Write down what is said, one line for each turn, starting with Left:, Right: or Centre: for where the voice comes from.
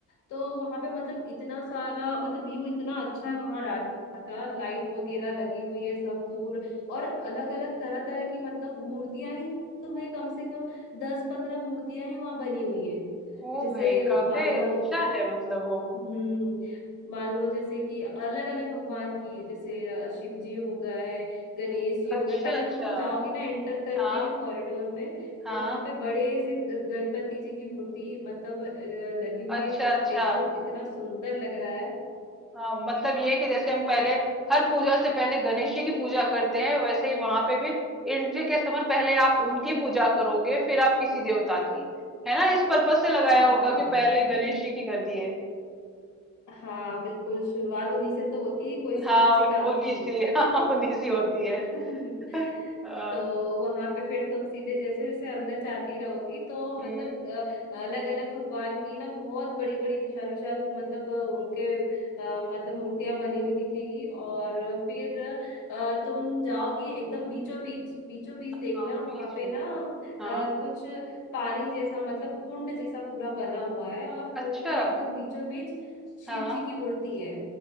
Left: तो वहां पे मतलब इतना सारा मतलब व्यू इतना अच्छा है वहां का लाइट वगैरह लगी हुई है सब दूर और अलग अलग तरह तरह की मतलब मूर्तियां ही तुम्हें कम से कम दस पंद्रह मूर्तियां ही वहां बनी हुई है
Centre: ओ
Left: जैसे
Centre: भाई काफी
Left: मान लो
Centre: अच्छा है मतलब वो
Left: हम्म मान लो जैसे कि अलग अलग भगवान की जैसे अ, शिव जी हो गए गणेश जी हो
Centre: अच्छा
Left: गए पहले
Centre: अच्छा
Left: तो तुम जाओगी ना एंटर करोगी
Centre: हाँ
Left: ना कॉरिडोर में
Centre: हाँ
Left: तो वहां पे बड़े से ग- गणपति जी की मूर्ति मतलब अ, लगी हुई
Centre: अच्छा
Left: है खूब
Centre: अच्छा
Left: एकदम इतना सुंदर लग रहा है
Centre: हाँ मतलब ये कि जैसे हम पहले हर पूजा से पहले गणेश जी की पूजा करते हैं वैसे ही वहां पे भी एंट्री के समय पहले आप उनकी पूजा करोगे फिर आप किसी देवता की है ना इस पर्पज से लगाया
Left: हाँ
Centre: होगा कि पहले गणेश जी की कर दिए
Left: हाँ बिल्कुल शुरुआत उन्हीं से तो होती है कोई से
Centre: हाँ
Left: भी अच्छे
Centre: उन,
Left: काम
Centre: उन्हीं
Left: की
Centre: सी <laughs> हाँ उन्हीं सी होती है
Left: <laughs>
Centre: <laughs> आ,
Left: तो वहां पे फिर तुम सीधे जैसे जैसे अंदर जाती रहोगी तो
Centre: हम्म
Left: मतलब अलग अलग भगवान की ना बहुत बड़ी बड़ी विशाल विशाल मतलब अ, उनके अ, मतलब मूर्तियां बनी हुई दिखेगी और फिर अ, तुम जाओगी एकदम बीचों बीच बीचों बीच देखना
Centre: हाँ बीच
Left: वहां पे
Centre: में
Left: ना
Centre: हाँ
Left: अ, कुछ पानी जैसा मतलब कुंड जैसा पूरा बना हुआ है और कुंड
Centre: अच्छा
Left: में एकदम बीचों बीच शिव
Centre: हाँ
Left: जी की मूर्ति है